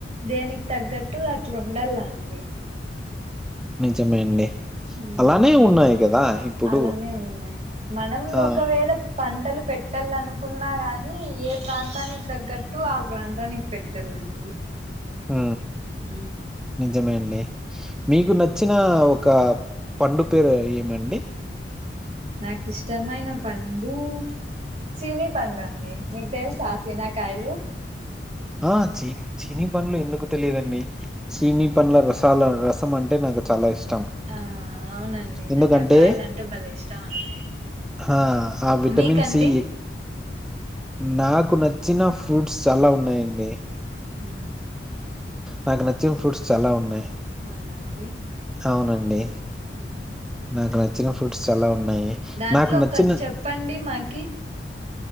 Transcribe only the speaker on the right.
దేనికి తగ్గట్టు అట్లా ఉండాలండి
ఉమ్
అలానే ఉన్నాయి మనం
ఒకవేళ పంటలు పెట్టాలనుకున్నా కాని ఏ ప్రాంతానికి తగ్గట్టు ఆ ప్రాంతానికి పెట్ ట్టల్లాండి
హ
నాకు ఇష్టమైన పండు సీని పండడి మీకు తెలుస సీనకాయలు
ఆ అవునండి
నాకు ఆ కాయలు అంటే బలే ఇష్టం అండి
మీకండి
అ
అవునా అండి
హ
దాంట్లో
ఒకటి చెప్పండి మాకి